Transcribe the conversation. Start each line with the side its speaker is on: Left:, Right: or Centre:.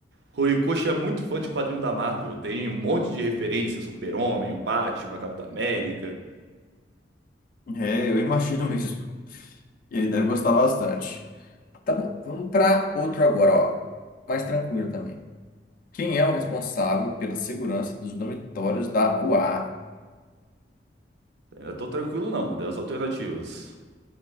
Right: Horikoshi é muito fã de quadrinho da Marvel, tem um monte de referência, Super-Homem, o Batman, Capitão América.
Left: É, eu imagino <laughs> mesmo. E ele deve gostar bastante. Tá bom, vamos para outro agora, ó. Mais tranquilo também. Quem é o responsável pela segurança dos dormitórios da UA?
Right: Eu não tô tranquilo não, das alternativas.